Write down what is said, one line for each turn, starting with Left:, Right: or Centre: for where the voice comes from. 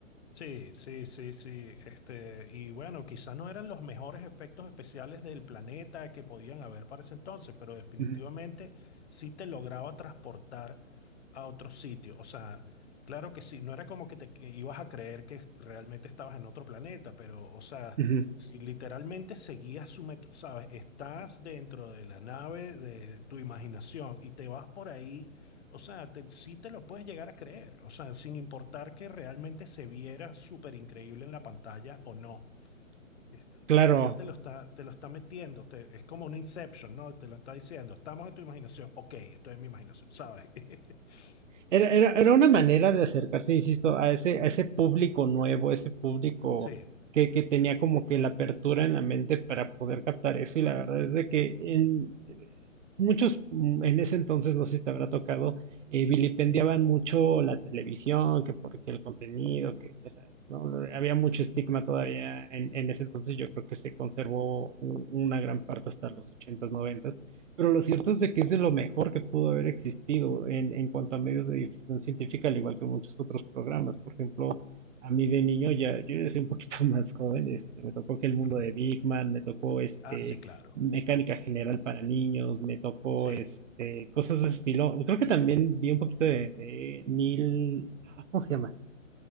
Left: Sí, sí, sí, sí. Este, y bueno, quizá no eran los mejores efectos especiales del planeta que podían haber para ese entonces, pero definitivamente
Right: Ujú,
Left: sí te lograba transportar a otro sitio. O sea, claro que sí, no era como que te que ibas a creer que realmente estabas en otro planeta, pero, o sea,
Right: ujú,
Left: si literalmente seguías su método, sabes, estás dentro de la nave de tu imaginación y te vas por ahí o sea, te- sí te lo puedes llegar a creer, o sea, sin importar que realmente se viera súper increíble en la pantalla o no, Este,
Right: Claro,
Left: porque ya te lo está, te lo está metiendo, te- es como un Inception, ¿no? Te lo está diciendo, estamos en tu imaginación, ok, estoy en mi imaginación, ¿sabes? <laughs>
Right: era, era, era una manera de acercarse, insisto, a ese, a ese público nuevo, ese público
Left: Sí,
Right: que, que tenía como que la apertura en la mente para poder captar eso. Y la verdad es de que en, eh, muchos, mm, en ese entonces, no sé si te habrá tocado, eh, vilipendiaban mucho la televisión, que porque el contenido, que ya sabes, ¿no? Había mucho estigma todavía en, en ese entonces, yo creo que se conservó u- una gran parte hasta los ochentas noventas Pero lo cierto es de que es de lo mejor que pudo haber existido en, en cuanto a medios de difusión científica, al igual que muchos otros programas. Por ejemplo, a mí de niño, ya, yo ya soy un poquito <laughs> más joven, este, me tocó que el mundo
Left: mm,
Right: de Big Man, me tocó este,
Left: ah, sí, claro,
Right: mecánica general para niños, me tocó
Left: sí,
Right: este, cosas de ese estilo. Creo que también vi un poquito de, de Neil, ah, ¿cómo se llama?